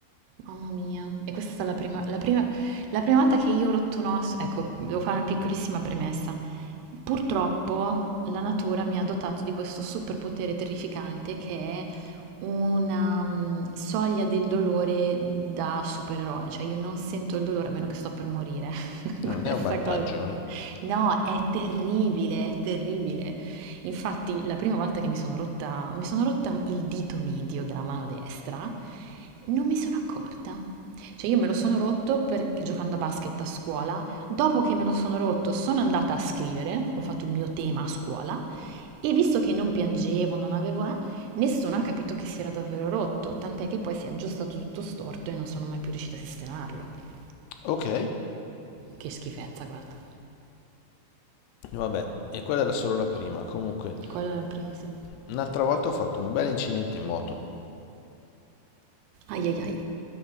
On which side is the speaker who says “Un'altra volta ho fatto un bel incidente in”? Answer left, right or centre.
Left